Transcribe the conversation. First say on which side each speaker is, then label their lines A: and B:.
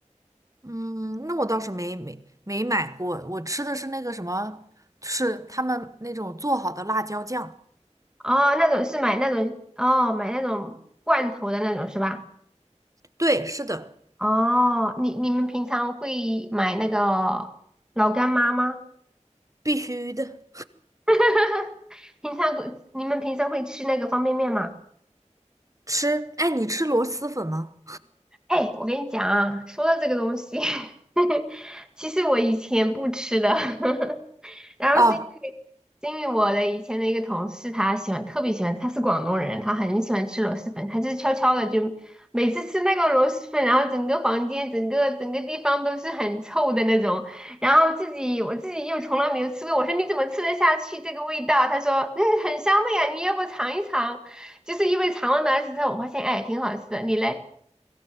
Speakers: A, on the right (about 25°); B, in the centre.
A: 嗯，那我倒是没没没买过，我吃的是那个什么，是他们那种做好的辣椒酱。
B: 哦，那种是买那种哦，买那种罐头的那种是吧？
A: 对，是的，
B: 哦，你你们平常会买那个老干妈吗？
A: 必须的。
B: <laughs> 平常不，你们平常会吃那个方便面吗？
A: 吃，哎，你吃螺蛳粉吗？
B: 哎，我跟你讲啊，说到这个东西，<laughs> 其实我以前不吃的，<laughs> 然后是因为是因为我的以前的一个同事，
A: 啊，
B: 他喜欢特别喜欢，他是广东人，他很喜欢吃螺蛳粉，他就是悄悄的就每次吃那个螺蛳粉，然后整个房间、整个整个地方都是很臭的那种，然后自己我自己又从来没有吃过，我说你怎么吃得下去这个味道？他说嗯很香的呀，你要不尝一尝？就是因为尝了那次之后，我发现哎挺好吃的，你嘞，